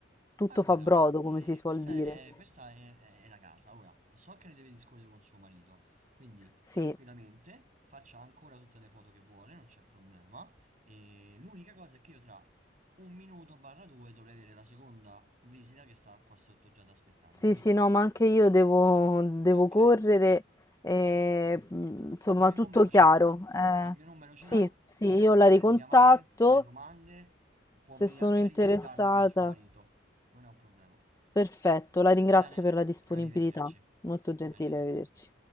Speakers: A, on the left; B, on the right.
A: tutto
B: Allora,
A: fa brodo,
B: eh,
A: come si suol
B: questa
A: dire.
B: è, questa è- è- è la casa. Ora, so che ne deve discutere con suo marito, quindi
A: Sì,
B: tranquillamente faccia ancora tutte le foto che vuole, non c'è problema. E l'unica cosa è che io tra un minuto barra due dovrei avere la seconda visita che sta qua sotto già ad aspettarmi,
A: sì,
B: quindi
A: sì, no, ma anche io devo, devo
B: ok.
A: correre, eh,
B: Perfetto.
A: mm, insomma
B: Il mio
A: tutto
B: numero
A: chiaro.
B: ce l'ha.
A: eh.
B: Il mio numero ce
A: sì,
B: l'ha.
A: sì,
B: Si
A: io
B: senta
A: la
B: libera
A: ricontatto
B: di chiamare, fare domande. Può
A: se
B: venire
A: sono
B: anche
A: interessata.
B: a rivisitarla con suo marito. Non è un problema.
A: Perfetto, la ringrazio
B: Va bene?
A: per la disponibilità.
B: Arrivederci.
A: Molto
B: <laughs>
A: gentile,
B: Arrivederci.
A: arrivederci.